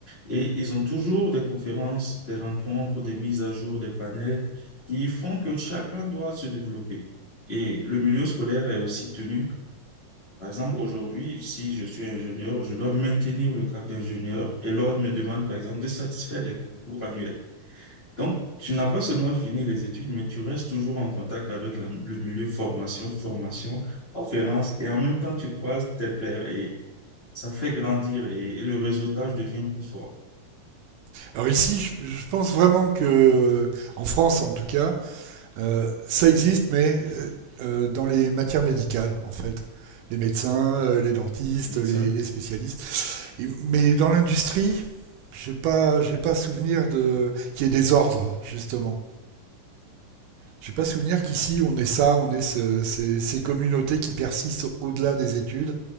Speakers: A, on the left (about 85°); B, on the right (about 75°).
A: Et ils ont toujours des conférences, des rencontres, des mises à jour, des panels qui font que chacun doit se développer. Et le milieu scolaire est aussi tenu par exemple, aujourd'hui, si je suis ingénieur, je dois maintenir le cap d'ingénieur et l'ordre me demande, par exemple, de satisfaire des cours annuels. Donc, tu n'as pas seulement fini les études, mais tu restes toujours en contact avec la- le milieu formation, formation, conférence, et en même temps, tu croises tes pairs et ça fait grandir et, et le réseautage devient plus fort.
B: Alors ici, je, je, pense vraiment que, en France en tout cas, Euh, ça existe, mais euh, euh, dans les matières médicales, en fait. Les médecins, euh, les dentistes,
A: Les médecins.
B: les, les spécialistes. Et- mais dans l'industrie, j'ai pas, j'ai pas souvenir de qu'il y ait des ordres, justement. J'ai pas souvenir qu'ici on ait ça, on ait ce- ces, ces communautés qui persistent au-delà des études,